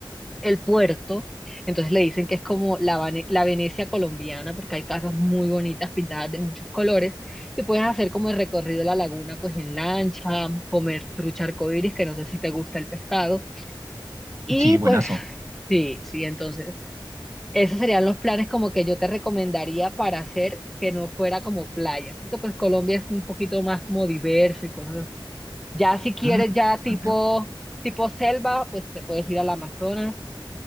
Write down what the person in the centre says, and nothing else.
El Puerto. Entonces le dicen que es como la, Vane- la Venecia colombiana, porque hay casas muy bonitas pintadas de muchos colores. Y puedes hacer como el recorrido de la laguna, pues en lancha, comer trucha arcoíris, que no sé si te gusta el pescado. Y
pues <laughs> sí, sí, entonces. Esos serían los planes como que yo te recomendaría para hacer que no fuera como playa, porque pues Colombia es un poquito más como diverso y cosas así. Ya si quieres
ya tipo, tipo selva, pues te puedes ir al Amazonas,